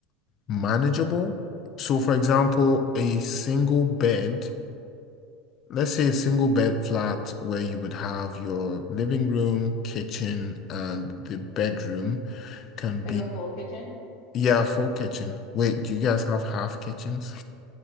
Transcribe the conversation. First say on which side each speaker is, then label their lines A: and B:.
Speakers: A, on the left (about 40°); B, on the left (about 65°).
A: manageable. So, for example, a single bed, let's say a single bed flat where you would have your living room, kitchen, and the bedroom can be,
B: Like a full kitchen.
A: yeah, full kitchen. Wait, do you guys have half kitchens?